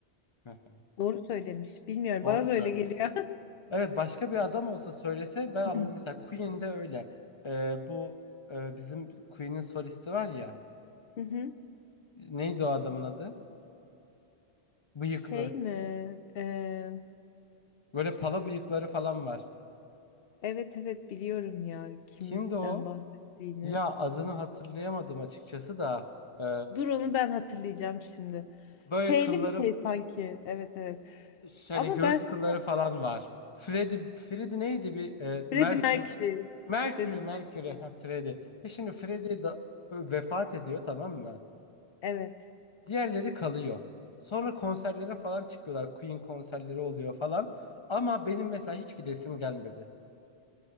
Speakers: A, on the left (about 35°); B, on the left (about 65°).
A: Hı hı.
B: Doğru söylemiş. Bilmiyorum.
A: Doğru
B: Bana
A: söylemiş.
B: da öyle geliyor.
A: Evet başka bir adam olsa söylese ben anladım.
B: <laughs>
A: Mesela Queen'de öyle. Ee, bu e, bizim Queen'in solisti var ya.
B: Hı hı.
A: Neydi o adamın adı? Bıyıklı.
B: Şey mi? Eee,
A: Böyle pala bıyıkları falan var.
B: evet evet biliyorum ya kimden
A: Kimdi o?
B: bahsettiğini.
A: Ya adını hatırlayamadım açıkçası da. Ee,
B: Dur onu ben hatırlayacağım şimdi.
A: böyle
B: F'li
A: kılları
B: bir şey sanki. Evet evet.
A: Ş- Hani
B: Ama
A: göğüs
B: ben
A: kılları
B: sana
A: falan var. Freddy, Freddy neydi bir e, Merk
B: Freddie Mercury.
A: Mercury,
B: Freddie
A: Mercury,
B: Mercury.
A: ha Freddy. E şimdi Freddy da ö, vefat ediyor tamam mı?
B: Evet.
A: Diğerleri kalıyor. Sonra konserlere falan çıkıyorlar. Queen konserleri oluyor falan. Ama benim mesela hiç gidesim gelmedi.